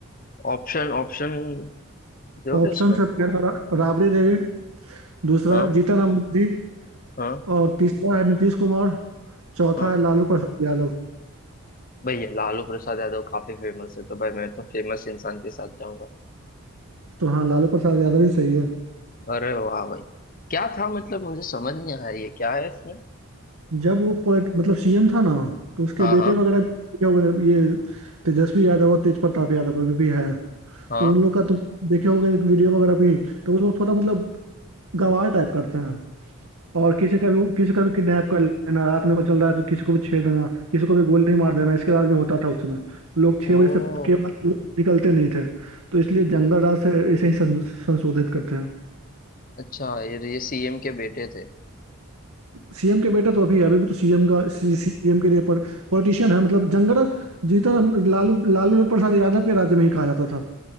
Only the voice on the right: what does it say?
ऑप्शन
है पहला रा- राबड़ी देवी दूसरा
जीतन राम मांझी
और तीसरा है नीतीश कुमार चौथा
है लालू प्रसाद यादव
तो हाँ लालू प्रसाद यादव ही सही है
जब वो पोलिट मतलब सीएम था ना तो उसके
बेटे
वगैरह भी हो गए, ये तेजस्वी यादव और तेज प्रताप यादव अभी भी है
तो उन लोग का तुम देखे होगे वीडियो वगैरह भी तो वो लोग थोड़ा मतलब गंवार टाइप करते हैं और किसी का भी किसी का भी किडनैप कर लेना रात में कोई चल रहा है तो किसी को भी छेड़ देना किसी को भी गोली मार देना इसके राज में होता था उस समय लोग छह
बजे से के बाद निकलते नहीं थे तो इसलिए जंगल राज से इसे ही सं- संशोधित करते हैं
सीएम के बेटा तो अभी है, अभी भी तो सीएम का सीएम के लिए पॉलिटिशियन है मतलब जंगल राज जीतन राम- लालू लालू प्रसाद यादव के राज्य में ही कहा जाता था